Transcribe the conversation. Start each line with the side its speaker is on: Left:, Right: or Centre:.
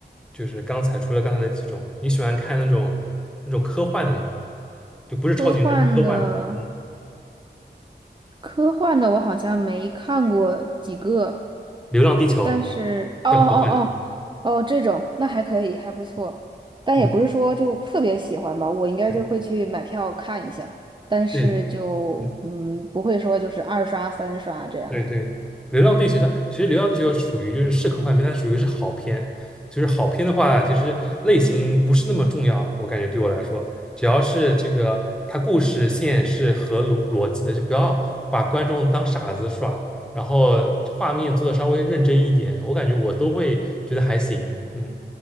Centre: 就是刚才除了刚才那几种，你喜欢看那种那种科幻的吗？就不是超级英雄，
Right: 科幻的。
Centre: 是科幻的。嗯，
Right: 科幻的我好像没看过几个，
Centre: 《流浪地球》
Right: 但是哦哦哦
Centre: 算科幻的。
Right: 哦，这种那还可以，还不错，但也不是说就特别喜欢吧，
Centre: 嗯，
Right: 我应该就会去买票看一下，
Centre: 对
Right: 但是就嗯不会说就是二刷三刷这样。
Centre: 对，嗯。对对，《流浪地球》它其实《流浪地球》属于就是适合画片，它属于是好片。就是好片的话，其实类型不是那么重要，我感觉对我来说，只要是这个它故事线是合逻逻辑的，就不要把观众当傻子耍，然后画面做的稍微认真一点，我感觉我都会觉得还行。嗯